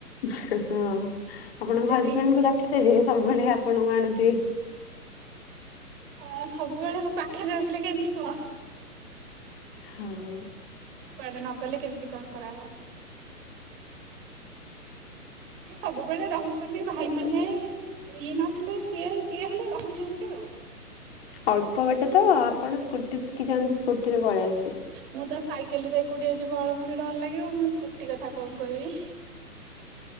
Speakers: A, on the left; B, on the right.
A: ହଁ ଆପଣଙ୍କ ହଜବେଣ୍ଡକୁ
B: ଦି
A: ରଖିଦେବେ ସବୁବେଳେ ଆପଣଙ୍କୁ ଆଣୁଥିବେ
B: ଆ ସବୁବେଳେ ମୋ ପାଖରେ ରଖିଲେ କେମିତି ହବ।
A: ହଁ।
B: କୁଆଡ଼େ ନଗଲେ କେମିତି କଣ କରାହବ। ହେ ସବୁବେଳେ ରହୁଛନ୍ତି ଭାଇ ମାନେ ଇଏ ନଥିଲେ ସିଏ ଯିଏ ହେଲେ ରହୁଛନ୍ତି ଆଉ।
A: ଅଳ୍ପ ବାଟେ ତ ଆପଣ ସ୍କୁଟି ଶିଖିଚନ୍ତି ସ୍କୁଟିରେ ପଳେଇ ଆସିବେ।
B: ମୁଁ ତ ସାଇକେଲ୍ ରେ ଏକୁଟିଆ ଯିବ ଆଳୁ ମୋତେ ଡର ଲାଗିବ ମୁଁ ସ୍କୁଟି କଥା କଣ କହିବି।